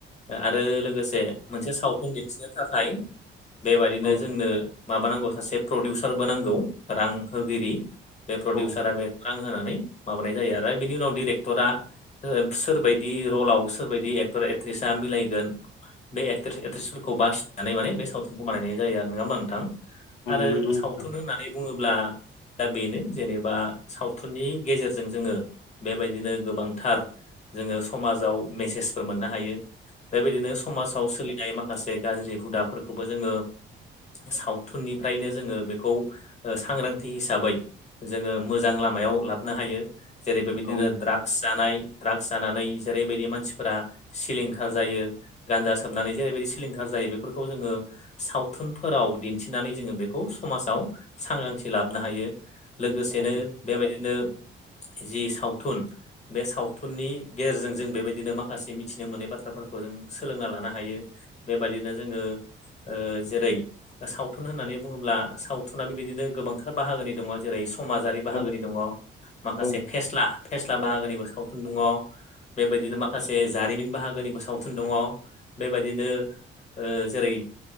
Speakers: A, on the left (about 35°); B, on the left (about 75°).
A: आरो लोगोसे मोनसे सावथुन दिन्थिनो थाखाय बेबायदिनो
B: औ
A: जोंनो माबा नांगौ सासे प्रडिउसारबो नांगौ रां होगिरि बे प्रडिउसारा
B: औ
A: बे रां होनानै माबानाय जायो आरो बिनि उनाव डिरेक्टरा सोरबायदि बिदि रलाव सोरबदि एक्टर एक्ट्रिसा मिलायगोन बे एक्ट्रिस एक्ट्रिसफोरखौ बासिनानै माने बे सावथुनखौ मानायनाय जायो नङा होमबा नोंथां
B: औ
A: आरो
B: नंगौ नोंथां
A: सावथुन होननानै बुङोब्ला दा बेनो जेनेबा सावथुननि गेजेरजों जोङो बेबायदिनो गोबांथार जोङो समाजाव मेसेजफोर मोननो हायो बेबायदिनो समाजाव सोलि माखासे गाज्रि हुदाफोरखौबो जोङो सावथुननिफ्रायनो जोङो बेखौ सांग्रांथि हिसाबै जोङो मोजां लामायाव लाबोनो हायो जेरै बेबायदिनो
B: औ
A: ड्राग्स जानाय ड्राग्स जानानै जेरैबायदि मानसिफोरा सिलिंखार जायो गान्जा साबनानै जेरैबायदि सिलिंखार जायो बेफोरखौ जोङो सावथुनफोराव दिन्थिनानै जोङो बेखौ समाजाव सांग्रांथि लाबोनो हायो लोगोसेनो
B: औ
A: बेबायदिनो जि सावथुन बे सावथुननि गेजेरजों जों बेबायदिनो माखासे मिथिनो मोनै बाथ्राफोरखौ जों सोलोंना लानो हायो बेबायदिनो जोङो जेरै सावथुन होननानै बुङोब्ला सावथुनाना बेबायदिनो गोबांथार बाहागोनि दङ जेरै समाजारि
B: औ
A: बाहागोनि दङ माखासे
B: औ
A: फेस्ला फेस्ला बाहागोनिबो सावथुन दङ बेबायदिनो माखासे जारिमिन बाहागोनिबो सावथुन दङ बेबायदिनो ओ ओ जेरै